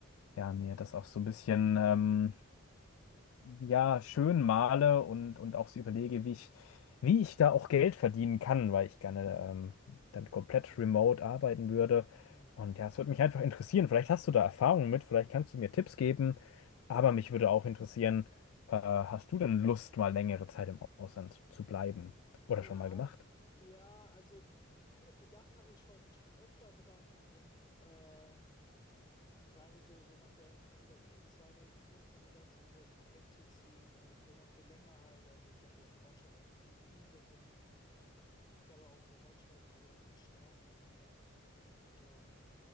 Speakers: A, on the left; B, on the left.
A: ja, mir das auch so ein bisschen. ähm, ja, schön male und, und auch so überlege, wie ich, wie ich da auch Geld verdienen kann, weil ich gerne ähm, dann komplett remote arbeiten würde.
B: Hm.
A: Und ja, es würde mich einfach interessieren. Vielleicht hast du da Erfahrungen mit, vielleicht kannst du mir Tipps geben, aber mich würde auch interessieren, äh, hast du denn Lust, mal längere Zeit im Ausland zu bleiben? Oder
B: Ja,
A: schon mal gemacht?
B: ja, also g- gedacht habe ich schon schon öfter dran und ähm, Gerade so, so nach der, nach der Uni-Zeit habe ich oft dran gedacht, so vielleicht mal wegzuziehen, äh, vielleicht auch für länger halt. Also ich habe ja Verwandtschaft auf den Philippinen, das wäre eine Möglichkeit. Ich habe auch Verwandtschaft äh, in den Staaten halt. Ähm,